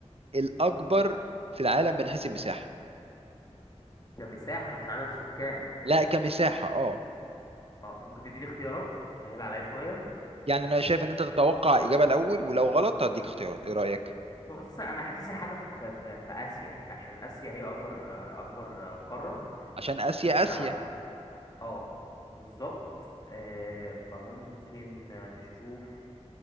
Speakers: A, on the right (about 60°); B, on the left (about 35°).
A: الاكبر في العالم من حيث المساحه
B: كمساحة مش عدد سكان
A: لا كمساحه اه
B: اه طب ممكن تديني اختيارات سهل عليا شوية
A: يعني انا شايف ان انت تتوقع اجابه الاول ولو غلط هديك اختيارات ايه رايك
B: بص انا حاسسها حاجة في في في آسيا عشان آسيا هي اكبر اكبر قارة
A: عشان اسيا اسيا
B: ف اه بالظبط آه، فممكن نشوف